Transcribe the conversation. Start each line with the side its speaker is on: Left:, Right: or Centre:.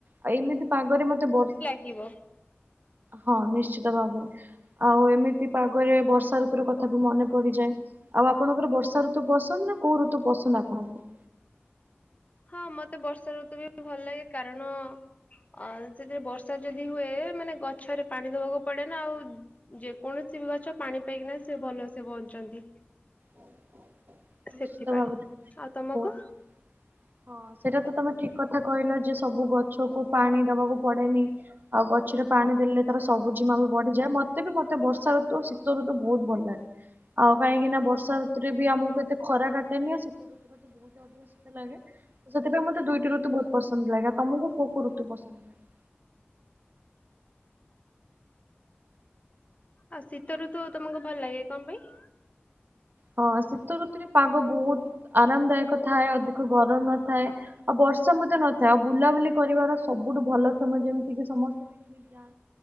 Right: ଆଉ ଏମିତି ପାଗରେ ମତେ ବ
Left: ଇଏ ବା।
Right: ହଁ ନିଶ୍ଚିତ ଭାବରେ ଆଉ ଏମିତି ପାଗରେ ବର୍ଷା ଋତୁର କଥା ବି ମନେ ପଡିଯାଏ ଆଉ ଆପଣଙ୍କର ବର୍ଷା ଋତୁ ପସନ୍ଦ ନା କୋଉ ଋତୁ ପସନ୍ଦ ଆପଣଙ୍କୁ।
Left: ହଁ ମତେ ବର୍ଷା ଋତୁ ବି ଭଲ ଲାଗେ। କାରଣ ଅ ସେଥିରେ ବର୍ଷା ଯଦି ହୁଏ। ମାନେ ଗଛରେ ପାଣି ଦବାକୁ ପଡେ ନା। ଆଉ ଯେକୌଣସି ବି ଗଛ ପାଣି ପାଇକିନା ସେ ଭଲସେ ବଞ୍ଚନ୍ତି।
Right: ନିଶ୍ଚିତ
Left: ସେଥିପାଇଁ।
Right: ଭାବରେ।
Left: ଆଉ ତମକୁ
Right: ବହୁତ ହଁ ସେଇଟା ତ ତମେ ଠିକ କଥା କହିଲ। ଯେ ସବୁ ଗଛକୁ ପାଣି ଦବାକୁ ପଡେନି। ଆଉ ଗଛରେ ପାଣି ଦେଲେ ତାର ସବୁଜିମା ବି ବଢିଯାଏ। ମତେ ବି ମତେ ବର୍ଷା ଋତୁ ଶୀତ ଋତୁ ବହୁତ ଭଲ ଲାଗେ। ଆଉ କାହିଁକି ନା ବର୍ଷାଋତୁରେ ବି ଆମକୁ ଏତେ ଖରା କାଟେନି। ଆ ଶୀତ ଋୁରେ ତ ବୋହୁ ବହୁତ ଅଧିକ ଶୀତ ଲାଗେ। ତ ସେଥିପାଇଁ ମତେ ଦୁଇଟି ଋତୁ ବହୁତ ପସନ୍ଦ ଲାଗେ। ତମକୁ କୋଉ କୋଉ ଋତୁ ପସନ୍ଦ ଲାଗେ?
Left: ଆଉ ଶୀତଋତୁ ତମକୁ ଭଲ ଲାଗେ କଣ ପାଇଁ?
Right: ହଁ ଶୀତ ଋତୁରେ ପାଗ ବହୁତ ଆରାମ ଦାୟକ ଥାଏ। ଅଧିକ ଗରମ ନଥାଏ। ଆଉ ବର୍ଷା ମଧ୍ୟ ନଥାଏ। ଆଉ ବୁଲାବୁଲି କରିବାର ସବୁଠୁ ଭଲ ସମୟ। ଯେମିତି କି ସମସ୍ତେ ପିକନିକ ଯାଆ